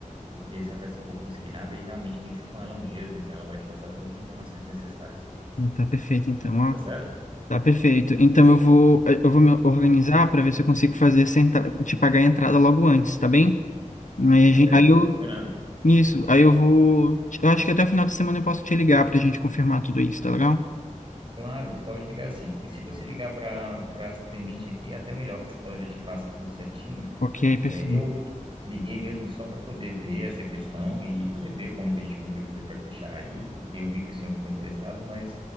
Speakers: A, on the right; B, on the left.
A: porque se a festa for consignada, aí realmente tem que ser com ela mesmo, e ela vai te passar todas as informações necessárias.
B: Tá perfeito, então, ó.
A: Tá certo?
B: Tá perfeito. Então eu vou, eu vou me organizar para ver se eu consigo fazer essa entrada, te pagar a entrada logo antes, tá bem? Aí,
A: Tá
B: a gente,
A: certo,
B: aí eu
A: combinado.
B: Isso, aí eu vou. Eu acho que até o final da semana eu posso te ligar pra gente confirmar tudo isso, tá legal?
A: Claro, pode ligar sim. E se você ligar para para atendente aqui, é até melhor, porque ela já te passa tudo certinho.
B: Ok, perfeito.
A: É, eu liguei mesmo só para poder ver essa questão e poder ver como que a gente poderia fazer para fechar aí, porque eu vi que o senhor ficou interessado, mas